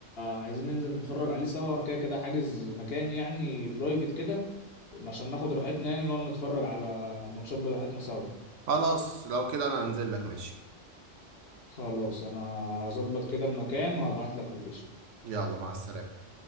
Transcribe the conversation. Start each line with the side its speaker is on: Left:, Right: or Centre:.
Left: عايزين ننزل نتفرج عليه سوا وانا كده كده حاجز مكان يعني برايفت كده عشان ناخد راحتنا يعني ونقعد نتفرج على الماتشات بتاعتنا سوا
Right: خلاص لو كده انا هنزل لك ماشي
Left: خلاص انا هظبط كده المكان وهبعت لك لوكيشن
Right: يلا مع السلامة